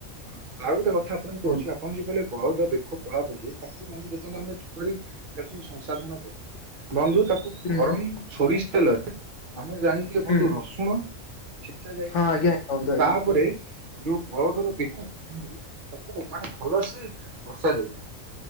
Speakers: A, on the right; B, on the left.
A: ହଁ ଆଉ ଗୋଟେ କଥା ଆପଣଙ୍କୁ କହୁଛି
B: ବନ୍ଧୁ
A: ଆପଣ ଯଉ କହିଲେ ବଳଦ ବେଖ କଳା ପଡିଯାଏ ତାକୁ ବନ୍ଧୁ ଦେଖନ୍ତୁ ଆମ କରି ତାକୁ ସଂସାଧନ କରୁ ବନ୍ଧୁ ତାକୁ
B: ହୁଁ
A: ଗରମ
B: ହୁଁ
A: ସୋରିଷ ତେଲରେ ଆମର ଜାଣିଥିବେ ବନ୍ଧୁ
B: ହଁ
A: ରସୁଣ ଛେଚା ଯାଇକି
B: ଆଜ୍ଞା
A: ପକାଯାଏ
B: ଆଜ୍ଞା ବନ୍ଧୁ ଆଜ୍ଞା।
A: ତାପରେ ଯୋଉ ବଳଦର ବେକକୁ କୁଅନ୍ତୁ ତାକୁ ମାନେ ଭଲସେ ଘସା ଯାଇଥାଏ।